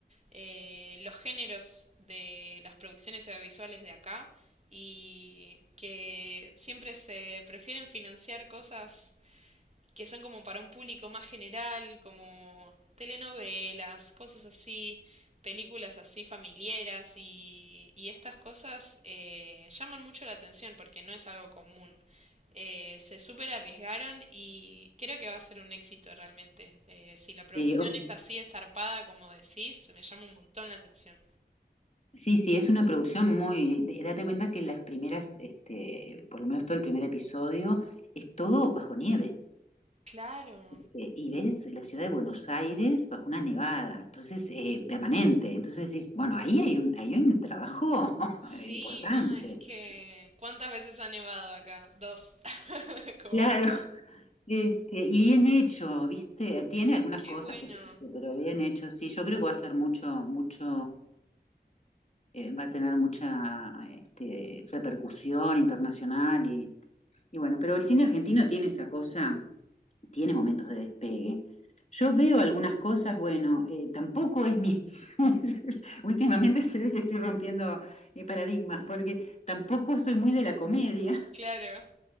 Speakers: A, on the right; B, on the left.
A: eh, los géneros de las producciones audiovisuales de acá y que siempre se prefieren financiar cosas que son como para un público más general, como telenovelas, cosas así, películas así familiares y, y estas cosas eh, llaman mucho la atención porque no es algo común. Eh, se súper arriesgaron y creo que va a ser un éxito realmente. Eh, si la producción
B: <laughs> sí, ojo,
A: es así, es zarpada, como decís, me llama un montón la atención.
B: Sí, sí, es una producción muy... de- Date cuenta que las primeras, este, por lo menos todo el primer episodio, es todo bajo nieve.
A: Claro.
B: este, y ves la ciudad de Buenos Aires bajo una nevada, entonces, eh, permanente. Entonces decís, bueno, ahí hay un, ahí hay un trabajo <laughs>
A: Sí,
B: importante.
A: no, es que... ¿Cuántas veces ha nevado acá? Dos. <laughs> Como,
B: Claro. Este, y bien hecho, ¿viste? Tiene algunas
A: qué
B: cosas
A: bueno.
B: que, yo pero bien hecho, sí. Yo creo que va a ser mucho, mucho, eh, va a tener mucha este, repercusión internacional Y bueno, pero el cine argentino tiene esa cosa, tiene momentos de despegue. Yo veo algunas cosas, bueno, eh, tampoco es mi... <laughs> Últimamente se ve que estoy rompiendo eh, paradigmas, porque tampoco soy muy de la comedia.
A: Claro.